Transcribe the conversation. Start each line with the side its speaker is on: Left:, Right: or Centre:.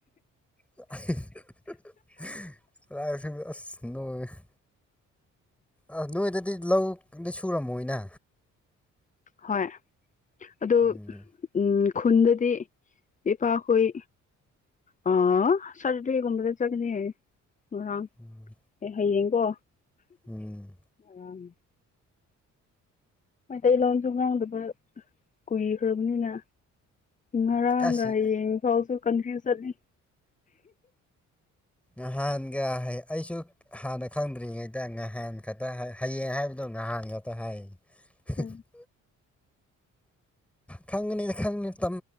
Centre: <unintelligible> ꯂꯥꯏꯞꯁꯤꯡꯗ ꯑꯁ <unintelligible> ꯑ ꯅꯣꯏꯗꯗꯤ ꯂꯧꯗꯤ ꯁꯨꯔꯝꯃꯣꯏꯅ꯫
Left: ꯍꯣꯏ ꯑꯗꯣ
Centre: ꯎꯝ
Left: ꯎꯝ ꯈꯨꯟꯗꯗꯤ ꯏꯄꯥ ꯈꯣꯏ꯫ ꯑꯣ ꯁꯥꯇꯔꯗꯦ ꯒꯨꯝꯕꯗ ꯆꯠꯀꯅꯤ ꯉꯥꯔꯥꯡ꯫
Centre: ꯎꯝ꯫
Left: ꯑꯦ ꯍꯌꯦꯡꯀꯣ꯫
Centre: ꯎꯝ꯫
Left: ꯉꯔꯥꯡꯅꯦ ꯃꯩꯇꯩꯂꯣꯟꯁꯨ ꯉꯥꯡꯗꯕ ꯀꯨꯏꯈ꯭ꯔꯕꯅꯤꯅ ꯉꯔꯥꯡꯒ
Centre: ꯑꯁ
Left: ꯍꯌꯦꯡꯐꯥꯎꯁꯨ ꯀꯟꯐ꯭ꯌꯨꯁ ꯆꯠꯂꯤ꯫
Centre: ꯅꯍꯥꯟꯒ ꯍꯩ ꯑꯩꯁꯨ꯫ ꯍꯥꯟꯅ ꯈꯪꯗ꯭ꯔꯤꯉꯩꯗ ꯉꯍꯥꯟ ꯈꯛꯇ ꯍ ꯍꯌꯦꯡ ꯍꯥꯏꯕꯗꯣ ꯉꯍꯥꯟ ꯈꯛꯇ ꯍꯥꯏ꯫ <unintelligible>
Left: ꯎꯝ
Centre: ꯈꯪꯒꯅꯤ ꯈꯪꯅꯤ ꯇꯝ